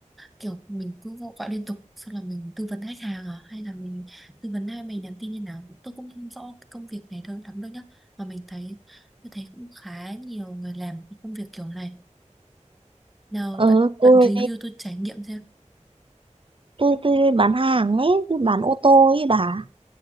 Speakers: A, in the centre; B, on the right.
A: kiểu mình cứ vô- gọi liên tục xong là mình tư vấn khách hàng à hay là mình tư vấn hai mình nhắn tin như nào tôi cũng không rõ cái công việc này thôi lắm đâu nhá mà mình thấy tôi thấy cũng khá nhiều người làm cái công việc kiểu này nào
B: ừ,
A: bạn
B: tôi
A: bạn review tôi trải nghiệm xem
B: tôi tôi bán hàng ấy tôi bán ô tô ấy bà